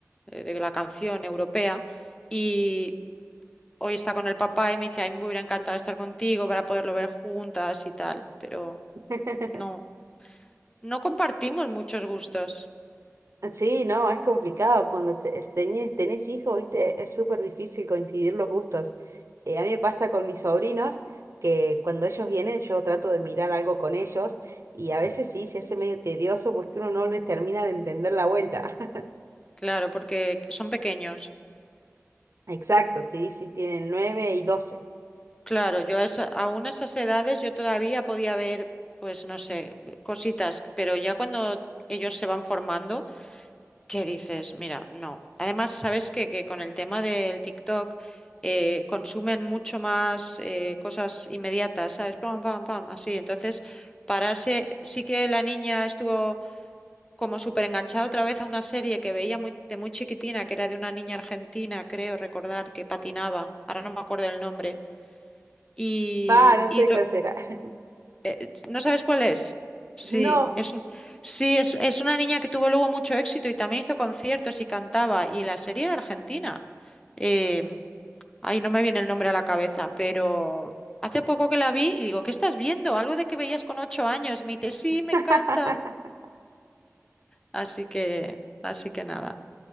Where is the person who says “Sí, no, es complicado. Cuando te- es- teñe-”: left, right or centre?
Right